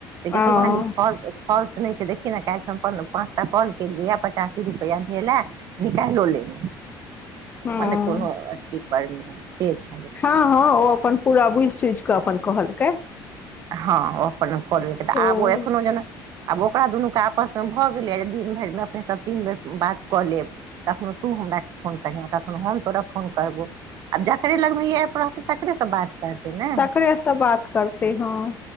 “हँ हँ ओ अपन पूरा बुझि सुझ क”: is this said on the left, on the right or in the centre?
Left